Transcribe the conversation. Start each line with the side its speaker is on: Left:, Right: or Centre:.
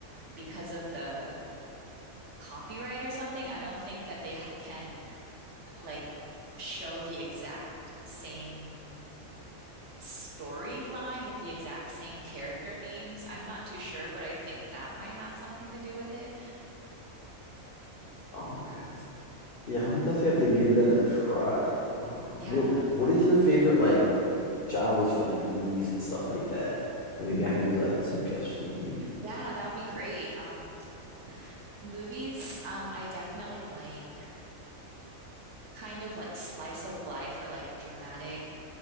Right: because of the copyright or something. I don't think that they ha- can like show the exact same storyline with the exact same character names. I'm not too sure, but I think that might have something to do with it.
Left: Okay. Yeah, I'm definitely have to give that a try. Uh,
Right: Yeah.
Left: what what is your favorite like genres for like movies and stuff like that? And maybe I can give you like a suggestion, maybe.
Right: Yeah, that would be great. Um, movies, um, I definitely like kind of like slice of life or like dramatic